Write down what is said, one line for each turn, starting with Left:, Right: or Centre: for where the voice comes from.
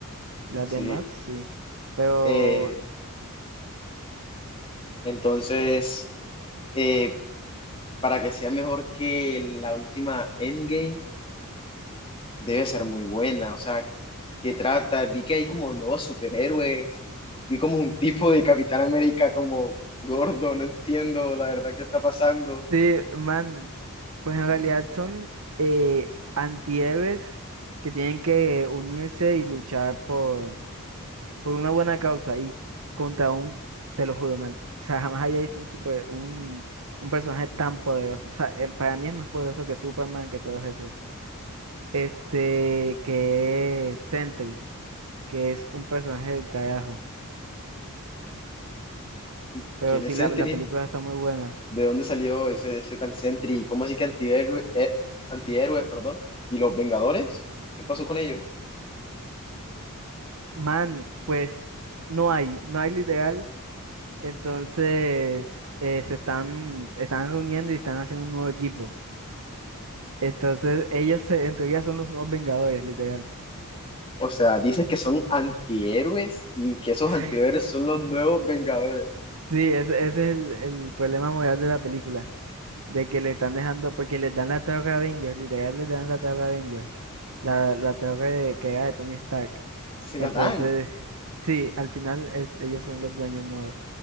Right: Las
Left: Sí.
Right: demás, sí. Pero,
Left: Eh, entonces, eh, para que sea mejor que la última Endgame, debe ser muy buena. O sea, ¿qué trata? Vi que hay como nuevos superhéroes. Vi como un tipo de Capitán América como gordo, no entiendo la verdad qué está pasando.
Right: sí, man. Pues en realidad son eh, antihéroes que tienen que unirse y luchar por, por una buena causa y contra un, te lo juro, man, o sea, jamás había visto un, super, un, un personaje tan poderoso. O sea, eh, para mí es más poderoso que Superman, que todos esos. Este, que es Sentry, que es un personaje del carajo.
Left: ¿Y
Right: Pero
Left: quién
Right: sí,
Left: es Sentry?
Right: la, la película está muy buena.
Left: ¿De dónde salió ese, ese tal Sentry? ¿Y ¿Cómo así que antihéroe- eh, antihéroes, perdón? ¿Y los Vengadores? ¿Qué pasó con ellos?
Right: Man, pues no hay, no hay literal. Entonces, eh, se están, están reuniendo y están haciendo un nuevo equipo. Entonces, ellos se- en teoría son los nuevos Vengadores, literal.
Left: O sea, dices que son antihéroes y que esos
Right: <laughs>
Left: antihéroes son los nuevos Vengadores.
Right: Sí, ese, ese es el, el problema moral de la película. De que le están dejando, porque les dan la Torre Avengers, literal les dan la Torre Avengers. La, la torre de- que era de Tony Stark.
Left: Se
Right: Entonces,
Left: la dan,
Right: sí, al final eh, ellos son los dueños nuevos.